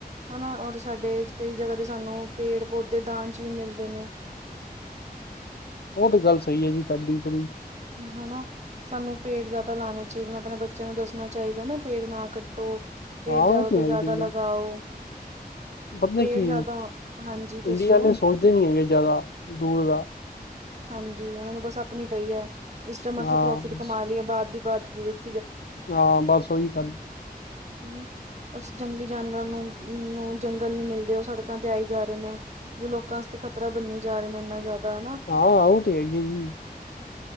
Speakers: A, on the right (about 45°); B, on the left (about 85°).
A: ਹਨਾ ਔਰ ਸਾਡੇ ਕਈ ਜਗ੍ਹਾ ਤੇ ਸਾਨੂੰ ਪੇੜ ਪੌਦੇ ਦਾਨ ਚ ਵੀ ਮਿਲਦੇ ਨੇ
B: <inaudible> ਉਹ ਤੇ ਗੱਲ ਸਹੀ ਹੈ ਜੀ ਤੁਹਾਡੀ ਬੜੀ
A: ਹਨਾ ਸਾਨੂੰ ਪੇੜ ਜਿਆਦਾ ਲਾਣੇ ਚਾਹੀਦੇ ਨੇ ਆਪਣੇ ਬੱਚਿਆਂ ਨੂੰ ਦੱਸਣਾ ਚਾਹੀਦੈ ਨਾ ਪੇੜ ਨਾ ਕੱਟੋ ਪੇੜ
B: ਹਾਂ ਉਹ
A: ਜਿਆਦਾ
B: ਤੇ
A: ਤੋਂ
B: ਹੈ
A: ਜ਼ਿਆਦਾ
B: ਹੀ
A: ਲਗਾਓ
B: ਹੈ ਪਤਾ
A: ਪੇੜ
B: ਕੀ
A: ਜ਼ਿਆਦਾ ਹਾਂਜੀ
B: ਇੰਡੀਆ
A: ਦੱਸੋ।
B: ਵਾਲੇ ਸੋਚਦੇ ਨੀ ਹੈ ਕਿ ਜ਼ਿਆਦਾ ਦੂਰ ਦਾ।
A: ਹਾਂਜੀ, ਉਹਨਾਂ ਨੂੰ ਬਸ ਆਪਣੀ ਪਈ ਹੈ ਇਸ ਟਾਈਮ ਅਸੀਂ
B: ਹਾਂ
A: ਪ੍ਰੋਫਿਟ ਕਮਾ ਲਈਏ ਬਾਅਦ ਦੀ ਬਾਅਦ ਜ
B: ਹਾਂ, ਬਸ ਉਓਹੀ ਗੱਲ।
A: ਹੂੰ, ਉਸ ਜੰਗਲੀ ਜਾਨਵਰਾਂ ਨੂੰ ਨੂੰ ਜੰਗਲ ਨੀ ਮਿਲਦੇ ਉਹ ਸੜਕਾਂ ਤੇ ਆਈ ਜਾ ਰਹੇ ਨੇ ਜੋ ਲੋਕਾਂ ਵਸਤੇ ਖ਼ਤਰਾ ਬੰਨੀ ਜਾ ਰਹੇ ਨੇ ਇੰਨਾ ਜ਼ਿਆਦਾ। ਹਨਾ
B: ਹਾਂ, ਉਹ ਤੇ ਹੈ ਹੀ ਜੀ।